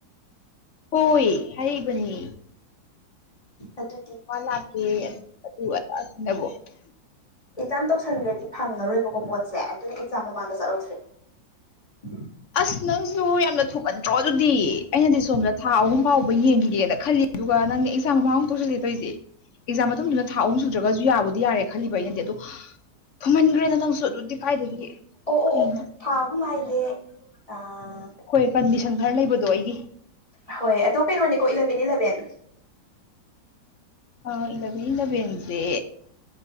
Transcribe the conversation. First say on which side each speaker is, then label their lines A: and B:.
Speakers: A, on the left; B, on the left.
A: ꯍꯣꯏ ꯍꯥꯏꯔꯤꯕꯅꯤ
B: ꯑꯗꯨ
A: ꯃꯥ ꯂꯥꯛꯀꯦ ꯑꯗꯨꯑꯗꯥ ꯁꯤꯅꯕꯨ
B: ꯑꯦꯛꯖꯥꯝ ꯇꯧꯁꯟꯈ꯭ꯔꯗꯤ ꯐꯪꯉꯔꯣꯏꯕꯀꯣ ꯄꯣꯠꯁꯦ ꯑꯗꯨꯅ ꯑꯦꯛꯖꯥꯝ ꯃꯃꯥꯡꯗ ꯆꯠꯍꯧꯁꯦ <unintelligible>
A: ꯑꯁ ꯅꯪꯁꯨ ꯌꯥꯝꯅ ꯊꯨꯃꯟꯗ꯭ꯔꯣ ꯑꯗꯨꯗꯤ ꯑꯩꯅꯗꯤ ꯁꯣꯝꯗ ꯊꯥ ꯑꯍꯨꯝ ꯐꯥꯎꯕ ꯌꯦꯡꯈꯤꯒꯦꯅ ꯈꯜꯂꯤ ꯑꯗꯨꯒ ꯅꯪꯅ ꯑꯦꯛꯖꯥꯝ ꯃꯃꯥꯡ ꯑꯃꯨꯛ ꯇꯧꯁꯤꯂꯦ ꯇꯣꯏꯁꯦ
B: <inaudible>
A: ꯑꯦꯛꯖꯥꯝ ꯃꯇꯨꯡꯗꯨꯗ ꯊꯥ ꯑꯍꯨꯝ ꯁꯨꯗ꯭ꯔꯒꯁꯨ ꯌꯥꯕꯨꯗꯤ ꯌꯥꯔꯦ ꯈꯜꯂꯤꯕ ꯑꯩꯅꯗꯤ ꯑꯗꯨ ꯊꯨꯃꯟꯒ꯭ꯔꯦꯗ ꯅꯪꯁꯨ ꯑꯗꯨꯗꯤ ꯀꯥꯏꯗꯒꯤ
B: ꯑꯣ ꯑꯣ
A: ꯀꯩꯅꯣ
B: ꯑꯣ ꯊꯥ ꯑꯍꯨꯝ ꯍꯥꯏꯗꯤ ꯑꯥ
A: ꯍꯣꯏ ꯀꯟꯗꯤꯁꯟ ꯈꯔ ꯂꯩꯕꯗꯣ ꯑꯩꯒꯤ
B: ꯍꯣꯏ ꯑꯗꯣ ꯀꯩꯅꯣꯅꯤꯀꯣ ꯏꯂꯚꯦꯟ ꯏꯂꯚꯦꯟ
A: ꯑꯥ ꯏꯂꯚꯦꯟ ꯏꯂꯚꯦꯟꯁꯦ